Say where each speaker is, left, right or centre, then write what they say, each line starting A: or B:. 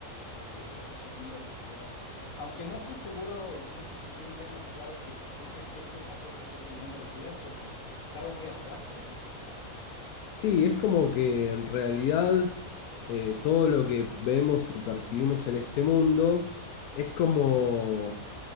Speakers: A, on the left; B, on the left.
A: de ese mundo de las ideas. Aunque no estoy seguro, no sé si tú tengas claro si explica qué es esa cosa que es el mundo de las ideas, porque es algo muy abstracto, ¿no?
B: Sí, es como que en realidad eh, todo lo que vemos y percibimos en este mundo es como